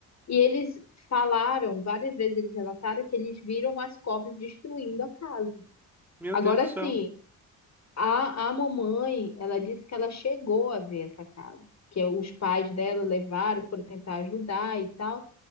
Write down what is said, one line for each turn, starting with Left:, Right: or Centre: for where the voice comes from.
Left: E eles falaram, várias vezes eles relataram que eles viram as cobras destruindo a casa.
Centre: Meu
Left: Agora
Centre: Deus do céu.
Left: sim, a, a mamãe, ela disse que ela chegou a ver essa casa, que os pais dela levaram, foram tentar ajudar e tal.